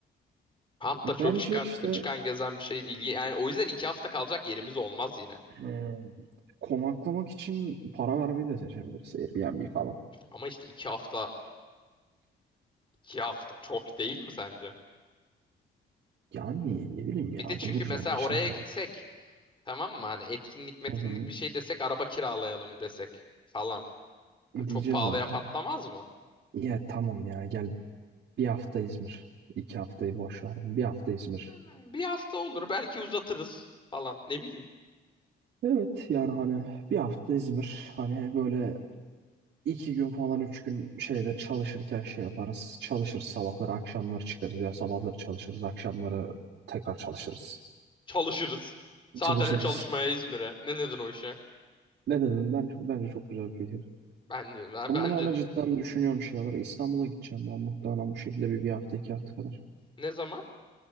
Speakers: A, on the left; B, on the right.
A: Ant
B: Bence
A: da çok çıkan
B: işte
A: çıkan gezen bir şey değil. Yani o yüzden iki hafta kalacak yerimiz olmaz yine.
B: hmm, konaklamak için para vermeyi de seçebiliriz. Airbnb falan.
A: Ama işte iki hafta, iki hafta çok değil mi sence?
B: Yani ne bileyim
A: Bir
B: ya
A: de çünkü
B: buluruz
A: mesela
B: anlaşırız
A: oraya gitsek
B: biriyle.
A: tamam mı? Hani etkinlik metkinlik
B: Hı hı.
A: bir şey desek araba kiralayalım desek falan. Yani
B: Diyeceğiz
A: çok pahalıya
B: zaten.
A: patlamaz mı?
B: Ya tamam ya gel bir hafta İzmir. İki haftayı boş ver. Bir hafta İzmir.
A: Yani Bir hafta olur belki uzatırız falan ne bileyim.
B: Evet yani hani bir hafta İzmir. Hani böyle iki gün falan üç gün şeyde çalışırken şey yaparız. Çalışırız sabahları akşamları çıkarız. Ya sabahları çalışırız akşamları tekrar çalışırız.
A: Çalışırız. Sadece
B: Çalışırız.
A: çalışmaya İzmir'e. Ne dedin o işe?
B: Ne dedin? Bence, bence çok güzel bir fikir.
A: Bence, ben,
B: Ben
A: bence.
B: bunu ama cidden düşünüyorum şey olarak. İstanbul'a gideceğim ben muhtemelen bu şekilde bir, bir hafta iki hafta kadar.
A: Ne zaman?